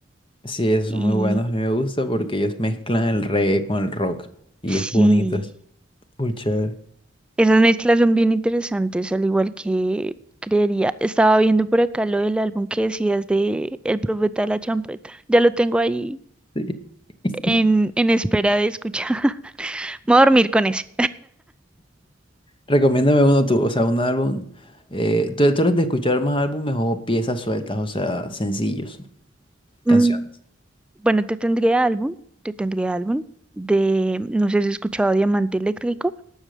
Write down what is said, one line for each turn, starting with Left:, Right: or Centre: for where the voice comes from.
Left: Sí, esos
Centre: y
Left: son muy buenos, a mí me gusta porque ellos mezclan el reggae con el rock. Y
Centre: sí,
Left: es bonito, es full chévere.
Centre: esas mezclas son bien interesantes, al igual que creería. Estaba viendo por acá lo del álbum que decías de El Profeta de la Champeta. Ya lo tengo ahí
Left: Sí. <laughs>
Centre: en, en espera de escuchar. <laughs> Me voy a dormir con ese.
Left: Recomiéndame uno tú, o sea, un álbum. eh, ¿tú, tú eres de escuchar más álbumes o piezas sueltas, o sea, sencillos,
Centre: Mm,
Left: canciones?
Centre: bueno, te tendré álbum, te tendré álbum de, no sé si has escuchado Diamante Eléctrico.